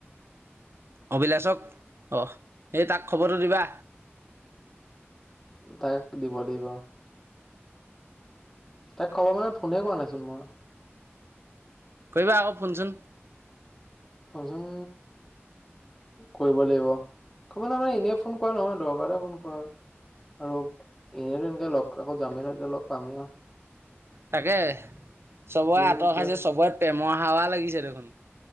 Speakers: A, on the right; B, in the centre.
A: অভিলাছক, অঁ, এই তাক খবৰটো দিবা।
B: তাক দিব লাগিব অ'। তাক খবৰ মানে, ফোনেই কৰা নাইচোন মই।
A: কৰিবা আকৌ ফোনচোন।
B: ফোনচোন কৰিব লাগিব, ত, মানে আমাৰ এনেই ফোন কৰা নহয়, দৰকাৰতহে ফোন কৰা হয়। আৰু এনেইটো, এনেকে লগ আকৌ যামেই ন' এতিয়া লগ পামেই আউ।
A: তাকে, চবয়ে
B: সিও
A: আঁতৰ
B: এতিয়া
A: খাইছে, চবয়ে প্ৰেমৰ হাৱা লাগিছে দেখোন।